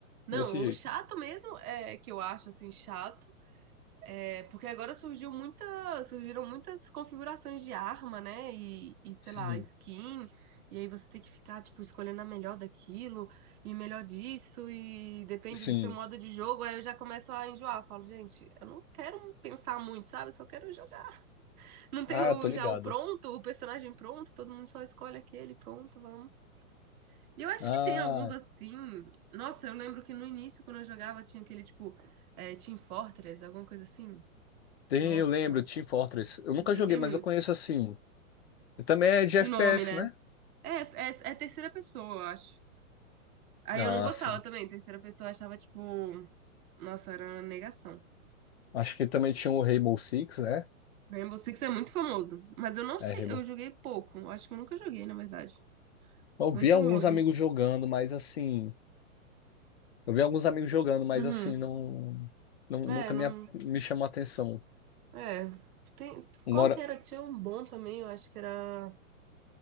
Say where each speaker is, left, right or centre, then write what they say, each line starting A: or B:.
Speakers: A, on the right; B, on the left.
A: Não,
B: Desse jeito.
A: o chato mesmo é que eu acho assim chato É, Porque agora surgiu muita, surgiram muitas configurações de arma, né? E, e, sei
B: Sim,
A: lá, skin. E aí você tem que ficar, tipo, escolhendo a melhor daquilo e melhor disso. E depende
B: sim.
A: do seu modo de jogo. Aí eu já começo a enjoar. Falo, gente, eu não quero pensar muito, sabe? Eu só quero jogar. Não tem
B: Ah,
A: o-
B: tô ligado.
A: já o pronto, o personagem pronto. Todo mundo só escolhe aquele, pronto, vamos. E eu acho
B: Ah,
A: que tem alguns assim. Nossa, eu lembro que no início, quando eu jogava, tinha aquele, tipo, eh, Team Fortress, alguma coisa assim.
B: tem,
A: Nossa.
B: eu lembro, Team Fortress. Eu nunca
A: Joguei
B: joguei, mas
A: muito.
B: eu conheço assim. Também é de FPS,
A: De nome, né?
B: né?
A: É, é, é terceira pessoa, eu acho. Aí
B: Ah,
A: eu não gostava
B: sim.
A: também. Terceira pessoa eu achava, tipo, nossa, era uma negação.
B: Acho que também tinha o Rainbow Six, né?
A: Rainbow Six é muito famoso. Mas eu não sei,
B: É, Rainbow.
A: eu joguei pouco. Eu Acho que eu nunca joguei, na verdade.
B: Eu
A: Muito
B: vi
A: famoso.
B: alguns amigos jogando, mas assim. Eu vi alguns amigos jogando, mas
A: Uhum.
B: assim, não, não
A: É,
B: nunca
A: não.
B: me, a- me chamou a atenção.
A: É. Tem...
B: Agora,
A: Qual que era? Tinha um bom também, eu acho que era.